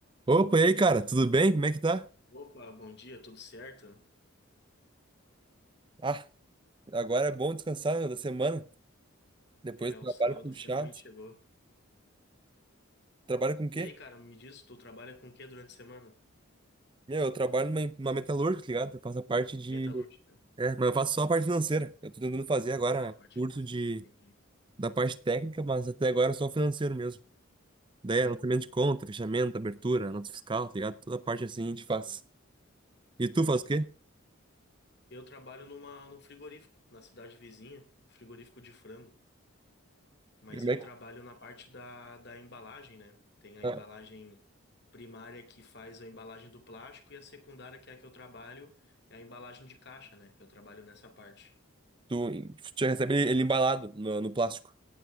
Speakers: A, on the right; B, on the left.
A: Opa, e aí, cara? Tudo bem? Como é que tá?
B: Opa, bom dia, tudo certo?
A: Ah, agora é bom descansar, meu, da semana. Depois
B: É,
A: do
B: o
A: trabalho
B: sábado
A: puxado.
B: finalmente chegou.
A: Trabalha com o quê?
B: E aí, cara, me diz, tu trabalha com o que durante a semana?
A: Meu, eu trabalho numa, numa metalúrgica, tá ligado? Eu faço a parte de...
B: Metalúrgica?
A: É, mas eu faço só a parte financeira. Eu tô tentando fazer agora
B: Ah, parte
A: curso
B: financeira.
A: de...
B: Entendi.
A: da parte técnica, mas até agora é só o financeiro mesmo. Daí,
B: Sim,
A: anotamento de conta, fechamento, abertura, nota fiscal, tá ligado? Toda parte assim a gente faz.
B: sim,
A: E tu
B: entendi.
A: faz o quê?
B: Eu trabalho numa, num frigorífico, na cidade vizinha, frigorífico de frango. Mas
A: E Como
B: eu
A: é que...
B: trabalho na parte da, da embalagem, né? Tem a
A: Ah,
B: embalagem primária que faz a embalagem do plástico e a secundária, que é a que eu trabalho, é a embalagem de caixa, né? Eu trabalho nessa parte.
A: tu, tu já recebe ele embalado no, no plástico.